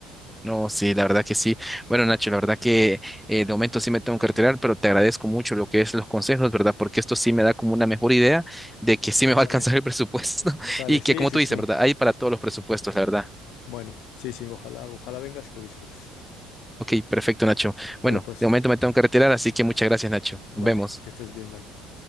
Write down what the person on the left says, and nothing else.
Vale.
Sale,
sí,
sí,
sí.
Bueno, sí, sí, ojalá, ojalá vengas y lo disfrutes.
Sale
pues,
vale,
que estés bien, bye.